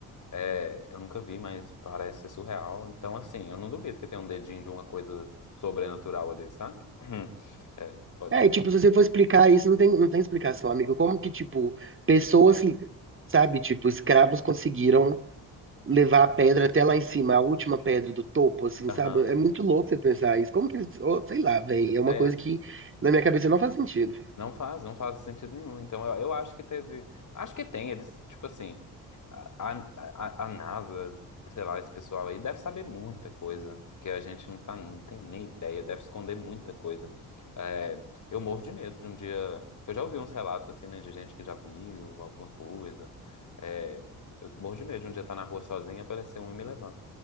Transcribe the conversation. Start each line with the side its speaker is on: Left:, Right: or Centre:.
Left: é, eu nunca vi, mas parece ser surreal, então, assim, eu não duvido que tenha um dedinho de uma coisa sobrenatural ali, sabe? <clears throat> É, pode.
Right: É, e, tipo, se você for explicar isso, não tem, não tem explicação, amigo. Como que, tipo, pessoas, sabe, tipo, escravos conseguiram levar a pedra até lá em cima, a última pedra do topo, assim,
Left: Aham.
Right: sabe? É muito louco você pensar isso. Como que eles. oh, sei lá, velho. É uma
Left: É.
Right: coisa que na minha cabeça não faz sentido. <laughs>
Left: Não faz, não faz sentido nenhum. Então, eu, eu acho que teve. Acho que tem, eles, tipo assim, a, a, a a NASA, sei lá, esse pessoal aí deve saber muita coisa que a gente não, tá, não tem nem ideia, deve esconder muita coisa. É, eu morro de medo de um dia. Eu já ouvi uns relatos assim, né, de gente que já viu alguma coisa. É, eu morro de medo de um dia estar na rua sozinho e aparecer um e me levar.